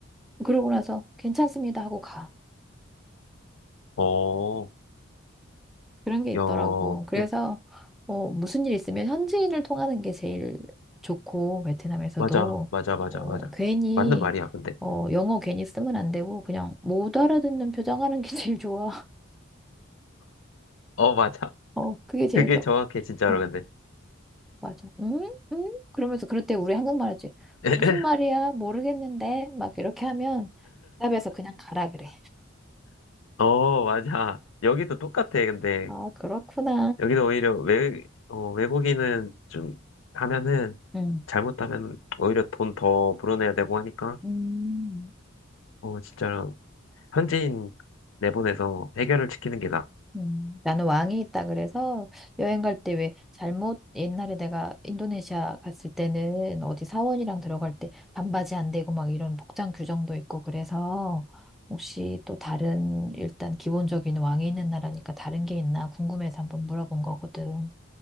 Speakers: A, in the centre; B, on the left.
A: 그러고 나서 괜찮습니다 하고 가.
B: 어,
A: 그런 게 있더라고.
B: 야,
A: 그래서
B: 그,
A: 어, 무슨 일 있으면 현지인을 통하는 게 제일 좋고 베트남에서도
B: 맞아, 맞아, 맞아,
A: 어,
B: 맞아.
A: 괜히
B: 맞는 말이야, 근데.
A: 어, 영어 괜히 쓰면 안 되고 그냥 못 알아듣는 표정하는 게 <laughs> 제일 좋아.
B: 어, 맞아.
A: 어, 그게 제일
B: 그게
A: 좋아.
B: 정확해, 진짜로,
A: 어,
B: 근데.
A: 맞아. 응? 응? 그러면서 그럴 때 우리 한국말 하지.
B: <laughs>
A: 무슨 말이야? 모르겠는데. 막 이렇게 하면 답에서 그냥 가라 그래.
B: 어, 맞아. 여기도 똑같아, 근데.
A: 아, 그렇구나.
B: 여기도 오히려 외, 어, 외국인은 좀 하면은,
A: 응.
B: 잘못하면 오히려 돈 더 불어내야 되고 하니까.
A: 음.
B: 어, 진짜 현지인 내보내서 해결을 시키는 게 나아.
A: 음, 나는 왕이 있다 그래서 여행 갈 때 왜 잘못 옛날에 내가 인도네시아 갔을 때는 어디 사원이랑 들어갈 때 반바지 안 되고 막 이런 복장 규정도 있고 그래서 혹시 또 다른 일단 기본적인 왕이 있는 나라니까 다른 게 있나 궁금해서 한번 물어본 거거든.